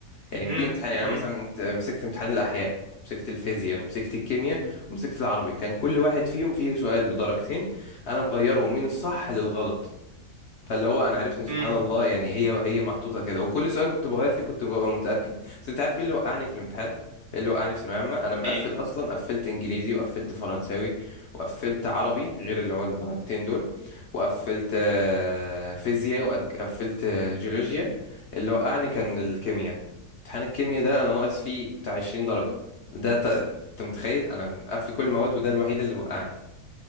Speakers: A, on the left; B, on the right.
A: يعني
B: امم
A: كل امتحان يعني
B: امم
A: أنا مثلا انت- مسكت امتحان الأحياء ومسكت الفيزياء ومسكت الكيمياء ومسكت العربي كان كل واحد فيهم فيه سؤال بدرجتين أنا مغيره من الصح للغلط فاللي هو انا عرفت ان سبحان
B: امم
A: الله يعني هي هي محطوطه كده وكل سؤال كنت بغير فيه كنت ببقى متاكد بس انت عارف ايه اللي وقعني في الامتحان إيه اللي وقعني في ثانويه عامه انا مقفل
B: ايه
A: اصلا قفلت انجليزي وقفلت فرنساوي وقفلت عربي غير اللي هو الدرجتين دول وقفلت آه، فيزياء وقفلت جيولوجيا اللي وقعني كان الكيمياء امتحان الكيمياء ده انا ناقص فيه بتاع 20 درجه ده ت- انت متخيل انا مقفل كل المواد وده الوحيد اللي وقعني